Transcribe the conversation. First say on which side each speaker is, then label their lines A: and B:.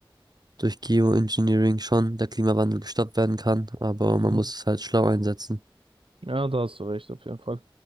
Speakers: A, on the right; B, on the right.
A: durch Geoengineering schon der Klimawandel gestoppt werden kann, aber man
B: mhm.
A: muss es halt schlau einsetzen.
B: Ja, da hast du recht, auf jeden Fall.